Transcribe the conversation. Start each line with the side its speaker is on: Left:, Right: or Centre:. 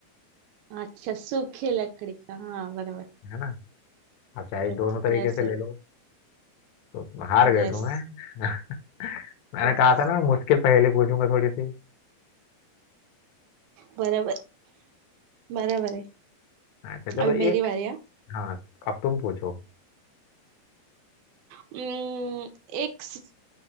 Right: अच्छा सूखी लकड़ी का हाँ बराबर
Left: है ना आप चाहे
Right: बराबर
Left: दोनों तरीके
Right: यस
Left: से ले लो तो हार गए
Right: Yes
Left: तुम हैं <laughs> मैंने
Right: yes
Left: कहा था ना मुश्किल पहेली पूछूंगा थोड़ी सी
Right: बराबर बराबर है
Left: अच्छा चलो
Right: अभी मेरी
Left: एक
Right: बारी है
Left: हाँ अब तुम पूछो
Right: उम्म, एक स-